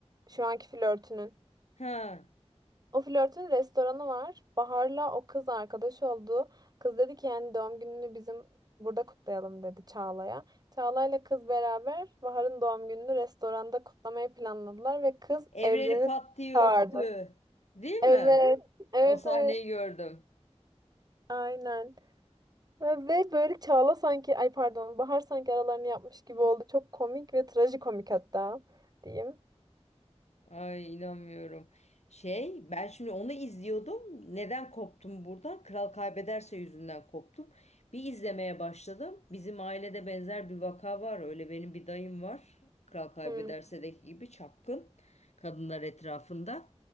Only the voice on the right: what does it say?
Şu anki flörtünün.
O flörtün restoranı var. Bahar'la o kız arkadaş oldu. Kız dedi ki yani doğum gününü bizim burada kutlayalım dedi Çağla'ya. Çağla'yla kız beraber Bahar'ın doğum gününü restoranda kutlamayı planladılar ve kız
Evren'i
çağırdı.
Evet, evet,
evet.
Aynen. Ve ve böyle Çağla sanki, ay pardon, Bahar sanki aralarını yapmış gibi oldu. Çok komik ve trajikomik hatta diyeyim.
Hı.